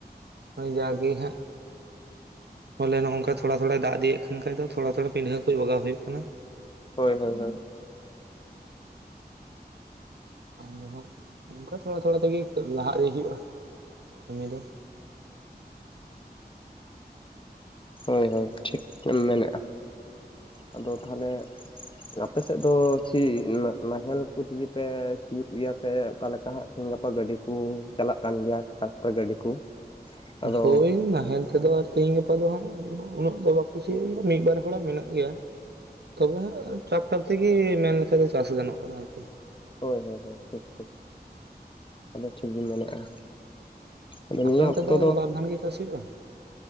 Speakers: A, on the right; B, on the left.
A: ᱳᱭ ᱡᱟ ᱜᱮ ᱦᱟᱸᱜ᱾ ᱵᱚᱞᱮ ᱱᱚᱝᱠᱟ ᱛᱷᱚᱲ ᱛᱷᱚᱲ ᱫᱟᱜ ᱤᱫᱤᱭᱮᱜ ᱠᱷᱟᱱ ᱠᱷᱟᱡ ᱫᱚ ᱛᱷᱚᱲᱟ ᱛᱷᱚᱲᱟ ᱯᱤᱰᱷᱟᱹ ᱠᱚ ᱠᱟᱹᱡ ᱵᱟᱜᱟᱣ ᱦᱩᱭᱩᱜ ᱠᱟᱱᱟ᱾
B: ᱦᱳᱭ ᱦᱳᱭ ᱦᱳᱭ᱾
A: ᱟᱫᱚ ᱦᱟᱸᱜ ᱱᱚᱝᱠᱟ ᱛᱷᱚᱲᱟ ᱛᱷᱚᱲᱟ ᱛᱮᱜᱮ ᱞᱟᱦᱟ ᱤᱫᱤ ᱦᱩᱭᱩᱜᱼᱟ ᱠᱟᱹᱢᱤ ᱫᱚ᱾
B: ᱦᱳᱭ ᱦᱳᱭ ᱴᱷᱤᱠ ᱮᱢ ᱢᱮᱱᱮᱜᱼᱟ ᱟᱫᱚ ᱛᱟᱦᱚᱞᱮ᱾ ᱟᱯᱮ ᱥᱮᱫ ᱫᱚ ᱪᱤᱫ ᱱᱟ ᱱᱟᱦᱮᱞ ᱠᱚ ᱛᱮᱜᱮ ᱯᱮ ᱥᱤᱭᱳᱜ ᱜᱮᱭᱟ ᱥᱮ ᱚᱠᱟᱞᱮᱠᱟ? ᱱᱟᱦᱟᱜ ᱜᱟᱯᱟ ᱜᱟᱹᱰᱤ ᱠᱩ ᱪᱟᱞᱟᱜ ᱠᱟᱱ ᱜᱮᱭᱟ ᱴᱨᱟᱠᱴᱟᱨ ᱜᱟᱹᱰᱤ ᱠᱚ᱾ ᱟᱫᱚ
A: ᱦᱳᱭ ᱱᱟᱦᱮᱞ ᱛᱮᱫᱚ ᱟᱨ ᱛᱮᱦᱤᱧ ᱜᱟᱯᱟ ᱫᱚ ᱦᱟᱸᱜ ᱩᱱᱟᱹᱜ ᱫᱚ ᱵᱟ ᱠᱚ ᱥᱤᱭᱟ ᱢᱤᱫ ᱵᱟᱨ ᱦᱚᱲᱟᱜ ᱢᱮᱱᱟᱜ ᱜᱮᱭᱟ, ᱛᱚᱵᱮ ᱦᱟᱸᱜ ᱴᱨᱟᱠᱴᱟᱨ ᱛᱮᱜᱮ ᱢᱮᱱ ᱞᱮᱠᱟᱱᱡ ᱫᱚ ᱪᱟᱥ ᱜᱟᱱᱚᱜ ᱠᱟᱱᱟ ᱟᱨᱠᱤ᱾
B: ᱦᱳᱭ ᱦᱳᱭ ᱦᱳᱭ ᱴᱷᱤᱠ ᱴᱷᱤᱠ ᱟᱫᱚ ᱴᱷᱤᱠ ᱜᱮᱢ ᱢᱮᱱᱮᱫᱼᱟ᱾ ᱟᱫᱚ
A: ᱟᱯᱮ
B: ᱱᱤᱭᱟᱹ
A: ᱚᱱᱛᱮ
B: ᱚᱠᱛᱚ
A: ᱫᱚ ᱵᱟᱨᱫᱷᱱ ᱜᱮ ᱪᱟᱥ ᱦᱩᱭᱩᱜᱼᱟ?